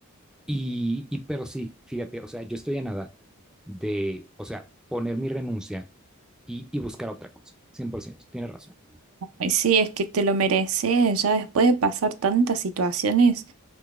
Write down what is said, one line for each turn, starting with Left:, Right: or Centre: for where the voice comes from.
Centre: y, y pero sí, fíjate, o sea, yo estoy a nada de, o sea, poner mi renuncia y, y buscar otra cosa, 100%, tienes razón.
Right: Ay, sí, es que te lo mereces, ya después de pasar tantas situaciones